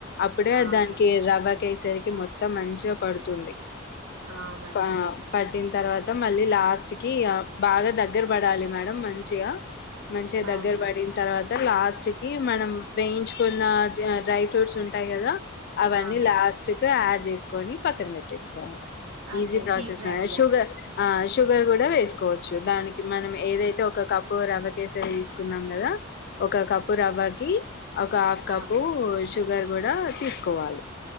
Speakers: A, on the left (about 50°); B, on the right (about 90°).
A: అప్పుడే
B: ఆ
A: దానికి
B: మేడం
A: రవ్వ కేసరి మొత్తం మంచిగా పడుతుంది
B: ఆ మేడం
A: ప పట్టిన తర్వాత మళ్ళీ లాస్ట్ కి బాగా దగ్గర పడాలి మేడం మంచిగా మంచిగా
B: ఆ
A: దగ్గర
B: మేడం
A: పడిన తర్వా లాస్ట్ కి మనం వేయించుకున్న డ్రై ఫ్రూట్స్ ఉంటాయి కదా అవన్నీ
B: ఆ మేడం
A: లాస్ట్ <unintelligible> యాడ్ చేసుకొని పక్కన పెట్టేసుకోవాలి
B: అంతే
A: ఈజీ ప్రాసెస్
B: స్వీట్
A: <unintelligible>
B: రెడీగా
A: షుగర్ షుగర్ కూడా వేసుకోవచ్చు దానికి మనం ఏదైతే ఒక కప్పు రవ్వ కేసరి తీసుకున్నాం కదా ఒక కప్పు రవ్వకి ఒక హాఫ్ కప్పు
B: ఆ
A: షుగర్ కూడా తీసుకోవాలి